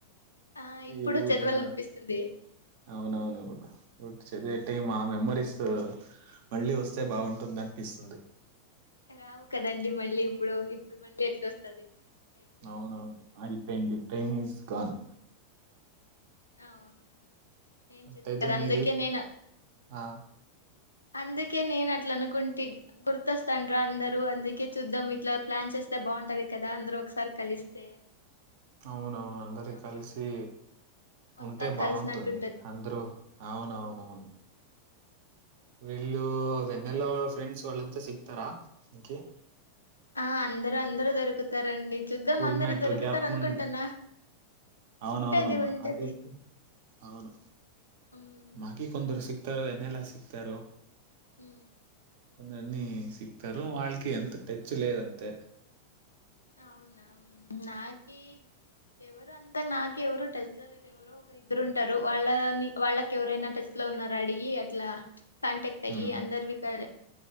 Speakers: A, on the left (about 80°); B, on the right (about 50°).
A: ఆ ఇప్పుడు
B: ఈఊడా
A: చదవాలనిపిస్తుంది
B: అవునవును చదివే టైం ఆ మెమ్మరీస్ మళ్ళీ వస్తే బాగుంటుంది అనిపిస్తుంది
A: రావు కదండి మళ్ళీ ఇప్పుడు ఇప్పుడు మళ్ళీ ఎట్ల వస్తుంది
B: అవునవును అలిపెండ్ టైమ్ ఇస్ గన్
A: అవును ఏం
B: అట్టేయితే
A: చేసా కదా
B: మీది
A: అందుకే నేను
B: ఆ
A: అందుకే నేను అట్లా అనుకుంటి గుర్తొస్తాండ రా అందరూ అందుకే చూద్దాం ఇట్లా ప్లాన్ చేస్తే బాగుంటది కదా అందరూ ఒకసారి కలిస్తే
B: అవునవును అందరి
A: అప్పుడు
B: కలిసి
A: ఒకసారి
B: ఉంటే బాగుంటుంది
A: కలిసినట్టుంటది
B: అందరూ అవునవునవును వీళ్ళు వెన్నెల్లో ఫ్రెండ్స్ వాళ్ళంతా సిక్తారా కే
A: ఆ అందరు అందరూ దొరుకుతారండి చూద్దాం
B: స్కూల్మేట్
A: అందరు దొరుకుతారు
B: గ్యాప్
A: అనుకుంటున్నా
B: ము అవునవునుమ్మా
A: ఉంటది ఉంటది
B: ఆ టైప్ అవును
A: ఉమ్
B: మాకి కొందరు సిక్ చెతారు ఎన్నెలా సిక్తారు
A: హ
B: కొందరున్ని సిక్తారు వాళ్ళకి ఎంత టెచ్ లేదు అంతే
A: అవునా నాకి ఎవరు అంత అత్త నాక ఎవరు టెస్ట్ లో లేరు ఎవరు ఒక ఇద్దరూ ఉంటారు వాళ్ళని వాళ్ళకి ఎవరైనా టెస్ట్ లో ఉన్నార అడిగి అట్లా కాంటెక్ట్ అయ్యి
B: ఉమ్
A: అందరు వి క